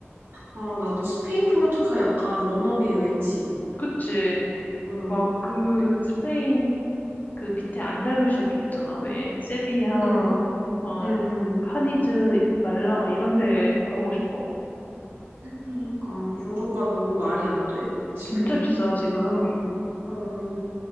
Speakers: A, on the right (about 55°); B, on the left (about 40°).
A: 아, 나도 스페인 포르투갈 약간 워너비 여행지.
B: 그치.
A: 응,
B: 막 그
A: 근데-
B: 스페인 그 밑에 안달루시아 쪽 있잖아. 왜 세비야,
A: 응,
B: 막
A: 응, 응.
B: 카디즈, 말라가 이런 데 가보고 싶어.
A: 그러니까 유로가 너무 말이 안 돼, 지금.
B: 진짜 비싸 지금.
A: 어,